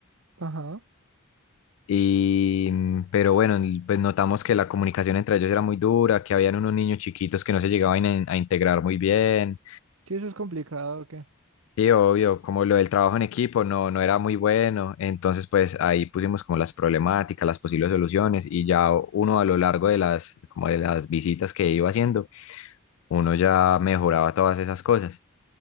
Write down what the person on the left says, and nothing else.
Y, mm, pero bueno, y, pues notamos que la comunicación entre ellos era muy dura, que habían unos niños chiquitos que no se llegaban a in- a integrar muy bien
Sí, obvio, como lo del trabajo en equipo no, no era muy bueno, entonces pues ahí pusimos como las problemáticas, las posibles soluciones y ya uno a lo largo de las, como de las visitas que iba haciendo, uno ya mejoraba todas esas cosas.